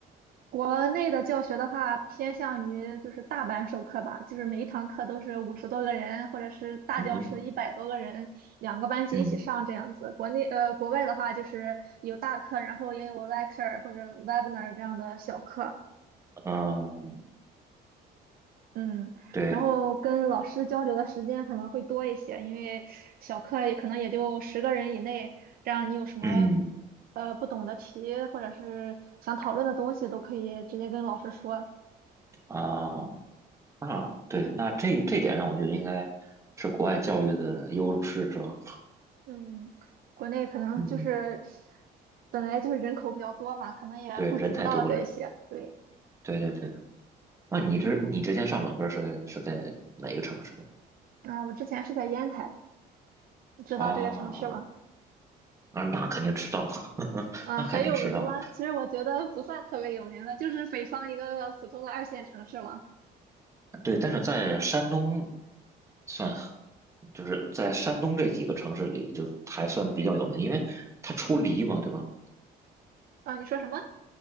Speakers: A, on the right (about 60°); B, on the right (about 15°).
A: 国内的教学的话，偏向于就是大班授课吧，就是每一堂课都是五十多个人，或者是大教室一百多个人，
B: 嗯哼，
A: 两个班级一起上这样子。
B: 嗯
A: 国内呃，国外的话就是有大课，然后也有 lecture 或者 webinar 这样的小课，
B: 嗯，
A: 嗯，
B: 对，
A: 然后跟老师交流的时间可能会多一些，因为小课也可能也就十个人以内，这样你有什么
B: 嗯
A: 呃不懂的题或者是想讨论的东西，都可以直接跟老师说。
B: 啊，那对，那这这点上，我觉得应该是国外教育的优势，是吧？
A: 嗯，国内可能就是
B: 嗯，
A: 本来就是人口比较多嘛，可能也顾及不到这一些。
B: 对，人太多了，
A: 对，
B: 对对对。那你之你之前上本科是在是在哪个城市
A: 啊，我之前是在烟台，你知道这个城市吗？
B: 啊啊，那那肯定知道，<laughs>
A: 啊，
B: 那肯定知道啊
A: 很有名吗？其实我觉得不算特别有名的，就是北方一个普通的二线城市嘛。
B: 对，但是在山东算很，就是在山东这几个城市里，就还算比较有名，因为它出梨嘛，对吧？
A: 啊，你说什么？